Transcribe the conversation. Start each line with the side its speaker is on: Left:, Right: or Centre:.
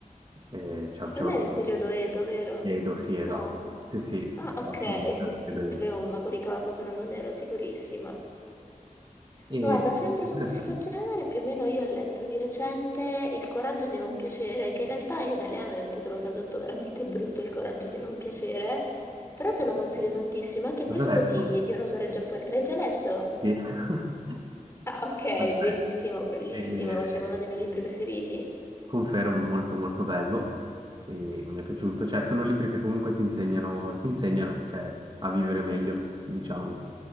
Right: Eh, c'è- c'è
Left: Non
Right: un-
Left: è il periodo Edo, vero?
Right: Edo, sì,
Left: No.
Right: esatto. Sì, sì,
Left: Ah,
Right: esatto,
Left: ok,
Right: esatto,
Left: sì, sì, sì,
Right: Edo, Edo.
Left: avevo un vago ricordo, però non ero sicurissima.
Right: E,
Left: Guarda, sempre su
Right: interessante.
Left: questo genere, più o meno io ho letto di recente Il coraggio di non piacere, che in realtà in italiano è un titolo tradotto veramente brutto, Il coraggio di non piacere, però te lo consiglio tantissimo, anche
Right: L'ho
Left: questo
Right: già letto.
Left: di, di un autore giapponese. L'hai già letto?
Right: Sì. <laughs>
Left: Ah, ok,
Right: Sì,
Left: benissimo, bellissimo,
Right: perfetto.
Left: cioè uno dei miei libri preferiti.
Right: Confermo, molto molto bello e mi è piaciuto, cioè sono libri che comunque ti insegnano, ti insegnano, cioè, a vivere meglio, diciamo,